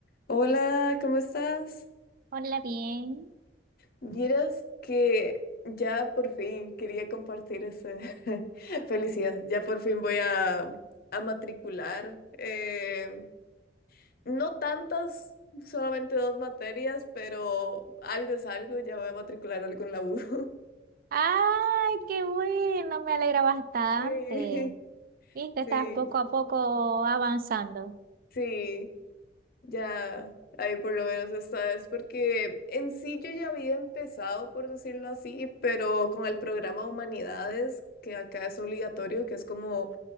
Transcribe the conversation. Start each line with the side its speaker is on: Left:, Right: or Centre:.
Left: Hola, ¿cómo estás?
Right: Hola, bien.
Left: Vieras que ya por fin quería compartir esa <laughs> felicidad. Ya por fin voy a, a matricular. eh, no tantas, solamente dos materias, pero algo es algo. Ya voy a matricular algo en la U. <laughs>
Right: Ay, qué bueno, me alegra bastante.
Left: Sí,
Right: Viste,
Left: sí,
Right: estás poco a poco avanzando.
Left: sí. Ya, ahí por lo menos esta vez, porque en sí yo ya había empezado, por decirlo así, pero con el programa Humanidades, que acá es obligatorio, que es como